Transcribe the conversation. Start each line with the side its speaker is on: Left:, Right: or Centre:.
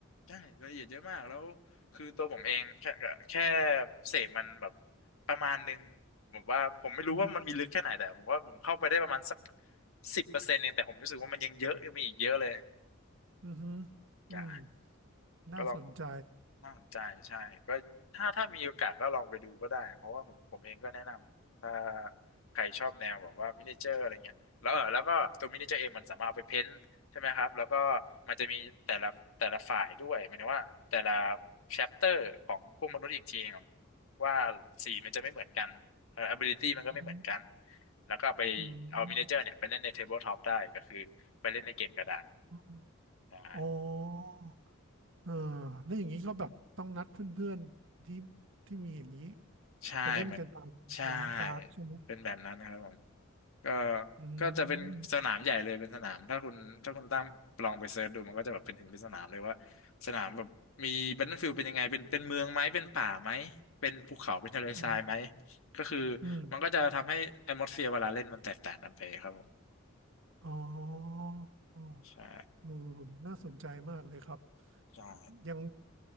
Left: ใช่รายละเอียดเยอะมากแล้วคือตัวผมเองแค่แค่เสพมันแบบประมาณหนึงผมว่าผมไม่รู้ว่ามันมีลึกแค่ไหนแต่ผมว่าผมเข้าไปได้ประมาณสัก
Right: อืม
Left: สิบเปอร์เซ็นต์เองแต่ผมรู้สึกว่ามันยังเยอะยังมีอีกเยอะเลย
Right: อืมอืม
Left: ใช่
Right: น่าสนใจ
Left: ก็ลองน่าสนใจใช่ก็ถ้าถ้ามีโอกาสก็ลองไปดูก็ได้เพราะว่าผมผมเองก็แนะนำถ้าใครชอบแนวแบบว่ามินิเจอร์อะไรเงี้ยแล้วเออแล้วก็ตัวมินิเจอร์เองมันสามารถเอาไปเพ้นท์ใช่ไหมครับแล้วก็มันจะมีแต่ละแต่ละฝ่ายด้วยหมายถึงว่าแต่ละแชปเตอร์ของพวกมนุษย์อีกทีครับว่าสีมันจะไม่เหมือนกันเอ่อ ability มันก็ไม่เหมือนกัน
Right: อืม
Left: แล้วก็เอาไปเอามินิเจอร์เนี่ยไปเล่นในเทเบิลท็อปได้ก็คือไปเล่นในเกมกระดาน
Right: อืมอม
Left: ได้
Right: อ๋อเอ่าแล้วอย่างนี้ก็แบบต้องนัดเพื่อนๆที่ที่มีอย่างนี้
Left: ใช่เหมือน
Right: ไปเล่นกันตามร้านการ์ดใช่ไหม
Left: ใช่เป็นแบบนั้นนะครับผมก็
Right: อืม
Left: ก็จะเป็นสนามใหญ่เลยเป็นสนามถ้าคุณถ้าคุณตั้มลองไปเซิร์ชดูมันก็จะแบบเป็นถึงเป็นสนามเลยว่าสนามแบบมี Battlefield เป็นยังไงเป็นเป็นเมืองไหมเป็นป่าไหมเป็นภูเขาเป็นทะเลทรายไหม
Right: อืม
Left: ก็คือ
Right: อืม
Left: มันก็จะทำให้ atmosphere เวลาเล่นมันแตกต่างกันไปครับผม
Right: อ๋ออ๋อ
Left: ใช่
Right: เออน่าสนใจมากเลยครับ
Left: ใช่
Right: ยัง